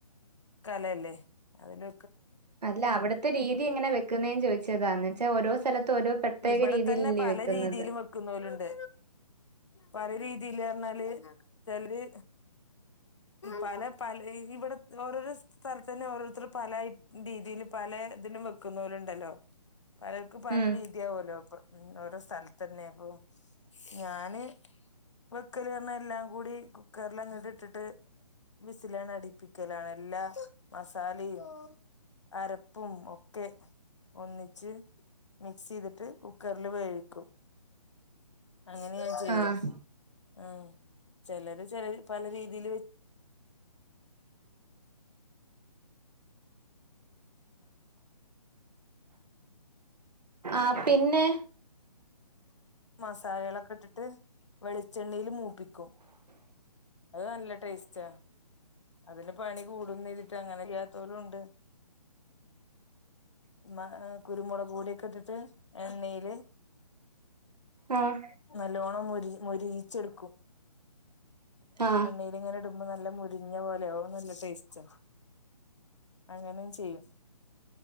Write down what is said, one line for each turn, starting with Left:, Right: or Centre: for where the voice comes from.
Left: കലയല്ലേ അതില
Right: അല്ല അവിടുത്തെ രീതി എങ്ങനെ വെക്കുന്നേന്ന് ചോദിച്ചതാന്ന് വെച്ചാൽ ഓരോ സ്ഥലത്തും ഓരോ പ്രത്യേക
Left: ഇവിടെ
Right: രീതിയിലല്ലേ
Left: തന്നെ പല
Right: വെക്കുന്നത്
Left: രീതിലും വെക്കുന്നലുണ്ട് പല രീതിൽ പറഞ്ഞാല് ചലര് പല പല ഇവിടെ ഓരോരോ സ്ഥലത്തന്നെ ഓരോരുത്തർ പല രീതിൽ പല ഇതിലും വെക്കുന്ന പോലുണ്ടല്ലോ പലർക്ക് പലീ
Right: ഉം
Left: രീതി തീവല്ലോ ഓരോ സ്ഥലത്ത് തന്നെ അപ്പൊ ഞാന് വെക്കല് പറഞ്ഞ എല്ലാം കൂടി കുക്കറിലങ്ങട്ട ഇട്ടിട്ട് വിസിലാണ് അടിപ്പിക്കലാണ് എല്ലാ മസാലിം അരപ്പും ഒക്കെ ഒന്നിച്ച് മിക്സ് മിക്സ്സ് ചെയ്തിട്ട് കുക്കറിൽ വേവിക്കും അങ്ങനെ ഞാൻ ചെയ്യാം
Right: ആഹ്
Left: ഉം ചിലത് ചില പല രീതില്
Right: ആ പിന്നെ
Left: മസാലളൊക്കെ ഇട്ടിട്ട് വെളിച്ചെണ്ണയിൽ മൂ പ്പിക്കും അത് നല്ല ടേസ്റ്റ അതിന് പണി കൂടുംചെയ്തിട്ട് അങ്ങനെ ചെയ്യാത്ത പോലും ഉണ്ട് മ കുരുമുളക് കൂടിയൊക്കെ എത്തിട്ട് എണ്ണയില്
Right: ആഹ്
Left: നല്ലോണം മൊരി മൊരീച്ചെടുക്കും
Right: ആഹ്
Left: എണ്ണല് ഇങ്ങനെ ഇടുമ്പോ നല്ല മു ല ഓ നല്ല ടേസ്റ്റ അങ്ങനെ ചെയ്യും